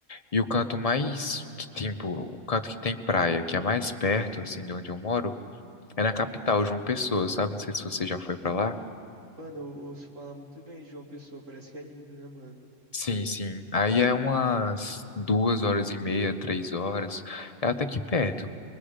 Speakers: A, on the left (about 40°); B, on the right (about 75°).
A: e o canto mais que tipo, o canto que tem praia, que é mais perto assim de onde eu moro, é na capital, João Pessoa, sabe? Não sei se você já foi pra lá.
B: Sim. Mano, eu ouço falar muito bem de João Pessoa, parece que é lindo, né, mano?
A: Sim, sim. Aí é umas duas horas e meia, três horas. É até
B: Uhum,
A: que perto.